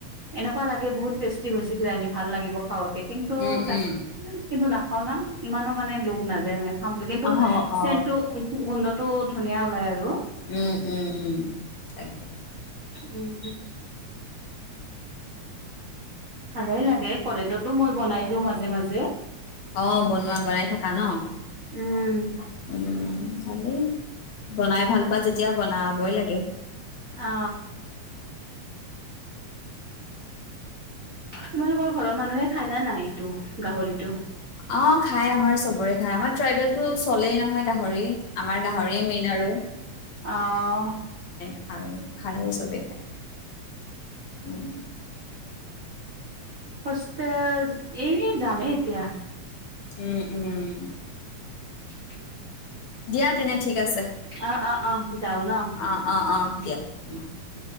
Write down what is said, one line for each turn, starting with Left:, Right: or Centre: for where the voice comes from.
Right: এনেকোৱা লাগে বহুত টেষ্টি হৈছে কিজানি ভাল লাগিব খাৱই। কিন্তু
Left: উম
Right: তাৰ
Left: উম।
Right: পিছত কিন্তু নাখাও না ইমানো মানে লোভ নাযায় মানে খাম বুলি কিন্তু
Left: অহ অ।
Right: চেনটো গোন্ধটো ধুনীয়া ওলাই আৰু।
Left: উম উম উম তাকে
Right: উম ভালেই লাগে কলেজতো মই বনাই দিওঁ মাজে মাজে।
Left: অ বনোৱা বনাই থাকা ন
Right: উম
Left: উম খালেই বনাই ভাল পোৱা যেতিয়া বনাবই লাগেঝ।
Right: অ তোমালোকৰ ঘৰৰ মানুহে খাই না নাই টো গাহৰিটো।
Left: অ খাই আমাৰ চবৰে খাই আমাৰ ট্ৰাইবেলটো চলেই নহয় গাহৰি। আমাৰ গাহৰি মেইন আৰু।
Right: আহ।
Left: খায়, খায় চবে খায় উম।
Right: হুষ্টেল এই যামেই এতিয়া
Left: উম উম
Right: <inaudible>
Left: দিয়া তেনে ঠিক আছে
Right: অ', অ', অ', যাও ন।
Left: অ অ অ দিয়া
Right: উম,
Left: অ।
Right: উম।